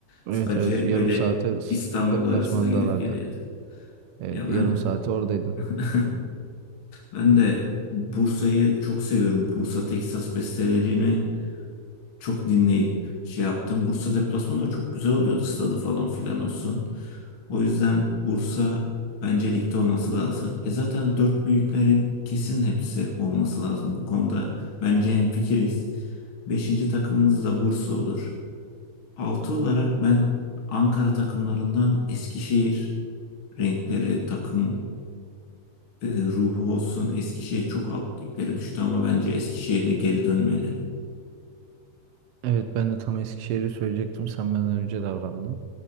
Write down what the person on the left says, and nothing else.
Sadece
böyle
İstanbul
arasında gidip geliyordu.
Ya ben
<laughs> ben de Bursa'yı çok seviyorum. Bursa Teksas bestelerini çok dinleyip şey yaptım. Bursa deplasmanı da çok güzel oluyordu stadı falan filan olsun. O yüzden Bursa bence ligde olması lazım. E zaten dört büyüklerin kesin hepsi olması lazım. Bu konuda bence hemfikiriz. Beşinci takımımız da Bursa olur. Altı olarak ben Ankara takımlarından Eskişehir renkleri, takım e, ruhu olsun. Eskişehir çok alt liglere düştü ama bence Eskişehir de geri dönmeli.